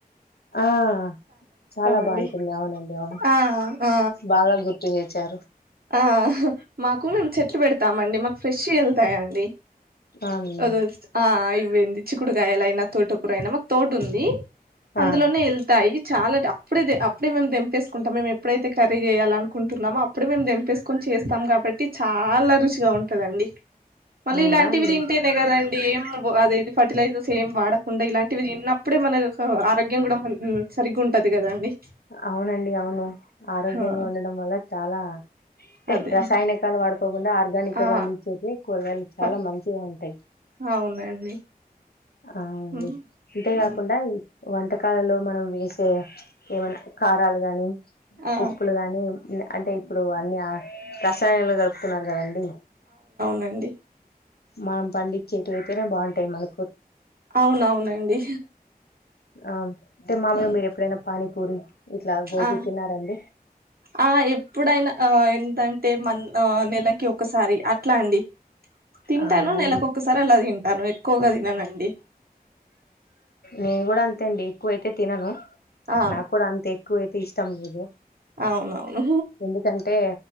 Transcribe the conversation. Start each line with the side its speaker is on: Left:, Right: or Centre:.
Left: ఆ చాలా
Right: అండి
Left: బాగుంటుంది అవునండి అవును
Right: ఆ ఆ
Left: బాగా గుర్తు చేసారు
Right: ఆ మాకు చెట్లు పెడుత తామండి మాకు ఫ్రెష్ వెళ్తాయండి
Left: అవునండి
Right: అది ఆ ఇ ఏంది చిక్కుడుకాయలు అయినా తోటకూరైనా మాకు తోట ఉంది అందులోనే
Left: ఆ
Right: వెళ్తాయి చాలా అప్పుడే అప్పుడే మేము తెంపేసుకుంటాం మేమెప్పుడైతే కర్రీ చేయాల నుకుంటున్నామో అప్పు ప్పుడు మేము దంపేసుకొని చేస్తాం కాబట్టి చాలా రుచిగా ఉంటదండి మళ్ళీ
Left: అవునా
Right: ఇలాంటివి
Left: అండి
Right: తింటేనే కదాండి ఏం అదేది ఫర్టిలైజర్స్ ఏం వాడకుండా ఇలాంటివి తిన్నప్పుడే మనాకు ఆరోగ్యం కూడా సరిగ్ ఉంటది కదండి
Left: అవునండి అవును ఆరోగ్యంగా
Right: హా
Left: ఉండడం వల్ల చాలా అే
Right: అదే
Left: రసాయనకాలు వాడుకోకుండా ఆర్గానిక్గా
Right: ఆ
Left: పండించేవి కూరగాయలు
Right: ప
Left: చాలా మంచి ఉంటాయి
Right: అవునండి
Left: అండి
Right: హ్మ్,
Left: ఇంతేకాకుండా
Right: హ్మ్.
Left: వంటకాలలో మనం వేసే ఏమన్నా కారాలు గాని
Right: ఆ
Left: ఉప్పులు గాని అంటే ఇప్పుడు అన్ని రసాయనాలు క న్నారు కదండి
Right: అండి
Left: మనం పండించిటివి అయితేనే బాగుంటాయి మనకు
Right: అవునవునండి
Left: అవును అంటే మామూలుగా
Right: హ్మ్.
Left: మీరు ఎప్పుడైనా పానీపూరి ఇట్లా గోబీ
Right: ఆ
Left: తిన్నారండి
Right: ఆ ఎప్పుడైనా ఆ ఏంటంటే మ నెలకి ఒకసారి అట్లా అండి తింటాను
Left: అవునా అండి
Right: నెల ఒక్కసారి అట్లా తను ఎక్కువగా తిననండి
Left: నేను కూడా అంతే అండి ఎక్కువైతే తినను
Right: ఆ
Left: నాకు కూడా అంతే ఎక్ ఎకుయతే ఇష్టం లేదు
Right: అవునవును
Left: ఎందుకంటే